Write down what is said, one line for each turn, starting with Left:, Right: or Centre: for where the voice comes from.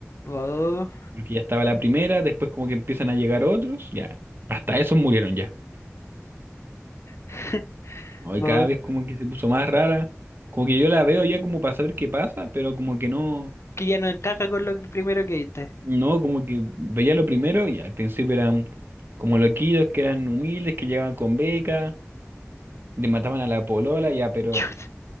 Left: Oh,
Right: Porque ya estaba la primera, después como que empiezan a llegar otros, ya. Hasta esos murieron ya.
Left: <laughs>
Right: Hoy
Left: oh,
Right: cada vez como que se puso más rara. Como que yo la veo ya como para saber qué pasa, pero como que no,
Left: que ya no encaja con lo que- primero que viste.
Right: no, como que veía lo primero y al principio eran como loquidos, que eran humildes, que llegaban con beca, le mataban a la polola, ya, pero
Left: <laughs> Chut.